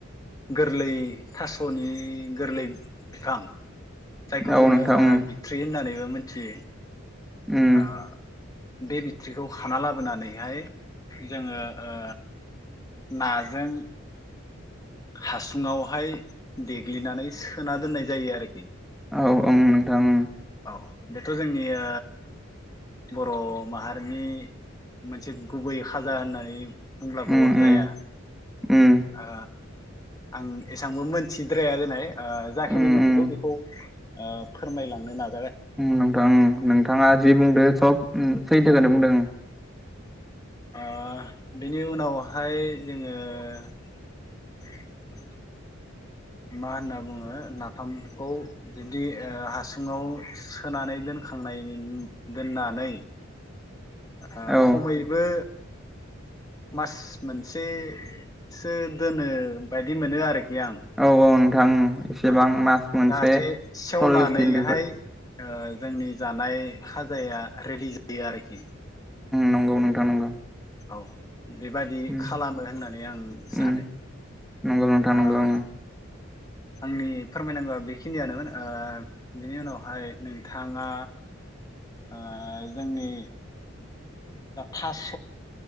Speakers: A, on the left; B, in the centre.
A: गोरलै थास'नि गोरलै बिफां जायखौ
B: औ
A: जोङो
B: नोंथां ओं
A: बिथ्रि होननानैबो मिथियो
B: उम
A: आ बे बिथ्रिखौ खाना लाबोनानैहाय जोङो ओ नाजों हासुङावहाय देग्लिनानै सोना दोननाय जायो आरोखि
B: औ ओं नोंथां ओं
A: औ बेथ' जोंनिया बर' माहारिनि मोनसे गुबै खाजा होननानै बुंब्लाबो
B: उम
A: अरजाया
B: उम उम
A: ओ आं एसांबो मोनथिद्राया जेनाय जाखिनि
B: उम
A: मोनथिगौ
B: उम
A: बेखौ फोरमायलांनो ना
B: नोंथां नोंथाङा जि बुंदों सब सैथोखौनो बुंदों
A: औ बेनि उनावहाय जोङो <inaudible> मा होनना बुङो नाफामखौ बिदि ओ हासुङाव सोनानै दोन खांनायनि दोननानै ओ
B: औ
A: खमैबो मास मोनसेसो दोनो बायदि मोनो आरोखि यां
B: औ औ नोंथां एसेबां
A: औ
B: मास मोनसे
A: जाहाथे सेवनानैहाय
B: सल्लिस दिन बेफोर
A: ओ जोंनि जानाय खाजाया रेडि जायो आरोखि
B: नंगौ नोंथां नंगौ
A: औ बेबादि
B: उम
A: खालामो होननानै आं सानो
B: उम नंगौ नोंथां नंगौ
A: ओ
B: ओं
A: आंनि फोरमायनांगौआ बेखिनियानोमोन बिनि उनावहाय नोंथाङा ओ जोंनि थास'